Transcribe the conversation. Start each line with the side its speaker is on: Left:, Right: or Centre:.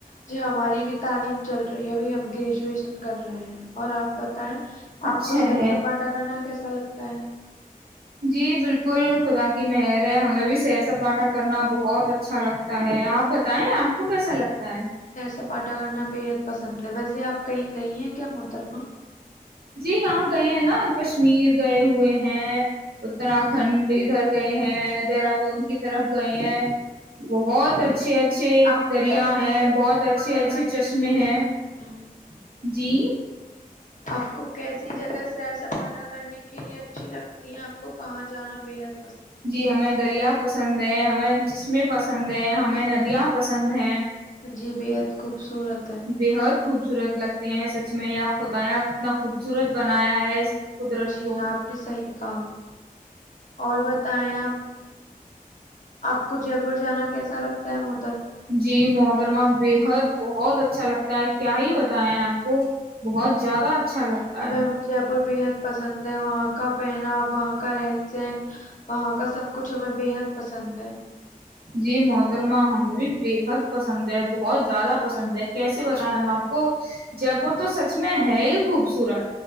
Left: جی ہماری بھی تعلیم چل رہی ہے بھائی ہم گریجویشن کر رہے ہیں اور آپ بت
Right: اچھا
Left: آپ کو سیر
Right: ہے
Left: سپاٹا کرنا کیسا لگتا ہے
Right: جی بالکل خدا کی مہر ہے ہمیں بھی سیر سپاٹا کرنا بہت اچھا لگتا ہے آپ بتائیں آپ آ کو کیسا لگتا ہے
Left: سے پاٹا کرنا بے ححد پسند ہے ویسے آپ کہیں گئی ہیں کیا محترما
Right: جی یہاں گئے ہیں نا کشمیر گئے ہوئے ہیں اتراک کھنڈ ادھر گئے ہیں دہرادون کی طرف گئے ہیں وہ اور <unintelligible> اچھے اچھے
Left: آپ
Right: دریا
Left: کیسے
Right: ہیں
Left: سپاٹا
Right: بہت اچھے اچھے
Left: کرنے
Right: چشمے
Left: کے لیے
Right: ہیں <unintelligible> جی <unintelligible>
Left: آپ کو کیسی جگہ سیر سپاٹا کرنے کے لیئے اچھی لگتی ہیں آپ کو کہاں جانا بے حد <unintelligible>
Right: جی ہمیں دریا پسند ہے ہمیں <unintelligible> چسمیں پسند ہے ہمیں ندیاں پسند ہیں <unintelligible>
Left: جی بےحد خوبصورت ہے
Right: بےحد خوبصورت لگتے ہیں سچ میں خدایا اتنا خوبصورت بنایا ہے قدرت
Left: جی
Right: کو
Left: آپ نے صحیح کہا اور بتائیں آپ آپ کو جے پور جانا کیسا لگتا ہے م
Right: جی محترما بےحد بہت اچھا لگتا ہے کیا ہی بتائے ہیں آپ کو بہت
Left: جی
Right: زیادہ اچھا لگتا
Left: ہم
Right: ہے
Left: ہمیں جے پور بےحد پسند ہے وہاں وہاں کا پہنا وہاں کا رہن سہن وہاں کا سب کچھ ہمیں بےحد پسند ہے
Right: جی محترما ہمیں بھی بےحد پسند ہے بہت زیادہ پسند ہے کیسے بتائیں ہم آپ کو جے پور تو سچ میں ہے ہی خوبصورت